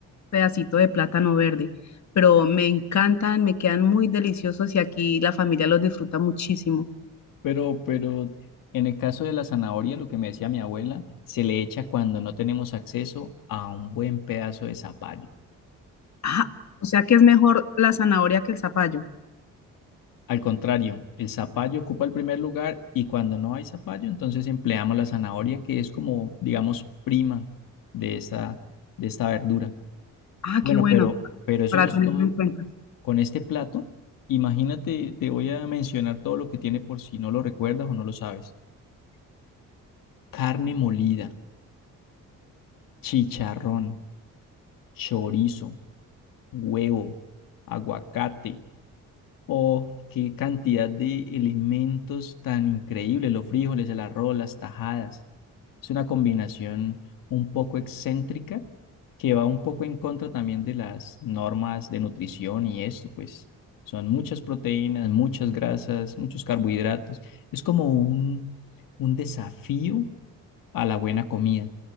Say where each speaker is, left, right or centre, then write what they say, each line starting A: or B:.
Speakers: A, on the left (about 55°); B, on the left (about 75°).
A: pedacito de plátano verde. Pero me encantan, me quedan muy deliciosos y aquí la familia los disfruta muchísimo.
B: Pero, pero en el caso de la zanahoria, lo que me decía mi abuela, se le echa cuando no tenemos acceso a un buen pedazo de zapallo.
A: Ah, o sea que es mejor la zanahoria que el zapallo.
B: Al contrario, el zapallo ocupa el primer lugar y cuando no hay zapallo, entonces empleamos la zanahoria, que es como, digamos, prima de esta, de esta verdura.
A: Ah,
B: Bueno,
A: qué bueno,
B: pero, pero eso
A: para
B: no es
A: tenerlo
B: todo
A: en cuenta.
B: con este plato. Imagínate, te voy a mencionar todo lo que tiene por si no lo recuerdas o no lo sabes. Carne molida, chicharrón, chorizo huevo, aguacate. Oh, qué cantidad de elementos tan increíbles, los frijoles, el arroz, las tajadas. Es una combinación un poco excéntrica que va un poco en contra también de las normas de nutrición y esto, pues son muchas proteínas, muchas grasas, muchos carbohidratos. Es como un, un desafío a la buena comida.